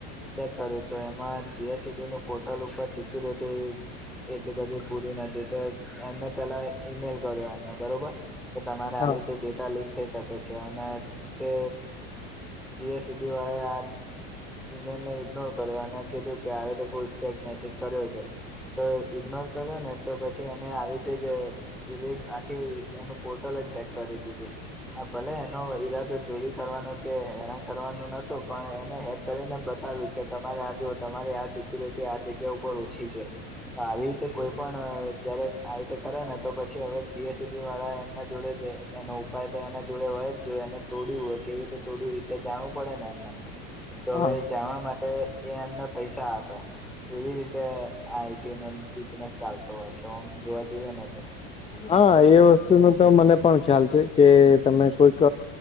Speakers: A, in the centre; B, on the left.
A: ચેક કર્યું તો એમાં જી એસ સી બી ન પોર્ટલ ઉપર સિક્યુરિટી એટલી બધી પૂરી નથી તો એમને પેલા ઈમેલ કર્યો એમને બરોબર. કે તમારે
B: હા
A: આવી ર તે ડેટા લીક થઈ શકે છે અને તે જી એસ સી બી વાળાએ આ ઈમેલને ઇગ્નોર કર્યો અને કીધું કે આવી રતે કોઈ ફેક મેસેજ કર્યો છે, તો ઈગ્નોર કર્યો ને તો પછી એને આવી રીતે જ એલે આખી એનું પોર્ટલ જ હેક કરી દીધું. હા ભલે એનો ઈરાદો ચોરી કરવાનો કે હેરાન કરવાનું નતું પણ એને હે કરીને બતાવ્યું કે તમારે આ જો તમારે આ સિક્યુરિટી આ જગ્યા ઉપર ઓછી છે, આવી રીતે કોઈ પણ જયારે આવી રીતે કરે ને તો પછી હવે જી એસ સી બી વાળા એમના જોડે જ એનો ઉપાય તો એના જોડે હોય જ જો એને તોડ્યું હોય કેવી રીતે તોડ્યું રીતે જાણવું પડે ને એમને. તો
B: હા
A: હવે જવા માટે એ એમને પૈસા આપે, એવી રીતે આ આઈ ટી નો બિઝનેસ ચાલતો હોય છે હ જોવા જઈએ નને તો.
B: હા એ વસ્તુ ન તો મને પણ ખ્યાલ છે કે તમે કોઈક